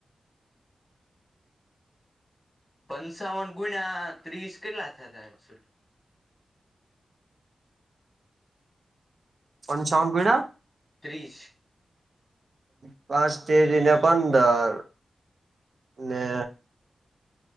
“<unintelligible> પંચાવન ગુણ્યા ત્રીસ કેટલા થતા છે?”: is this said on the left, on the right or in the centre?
Centre